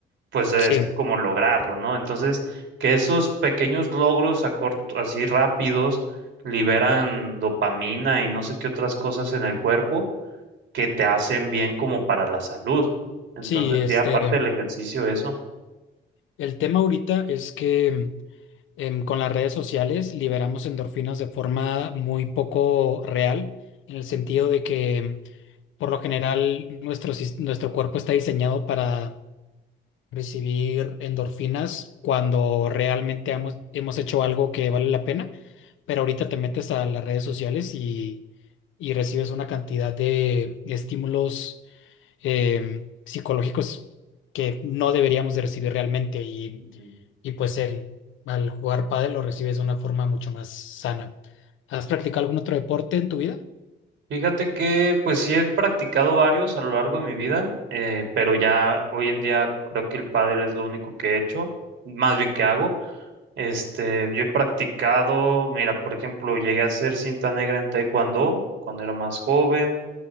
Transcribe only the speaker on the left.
Sí,
sí, este,
el tema ahorita es que em, con las redes sociales liberamos endorfinas de forma muy poco real, en el sentido de que por lo general nuestro, sis- nuestro cuerpo está diseñado para recibir endorfinas cuando realmente hemos, hemos hecho algo que vale la pena, pero ahorita te metes a las redes sociales y, y recibes una cantidad de estímulos eh, psicológicos que no deberíamos de recibir realmente y,
y pues el, al jugar pádel lo recibes de una forma mucho más sana. ¿Has practicado algún otro deporte en tu vida?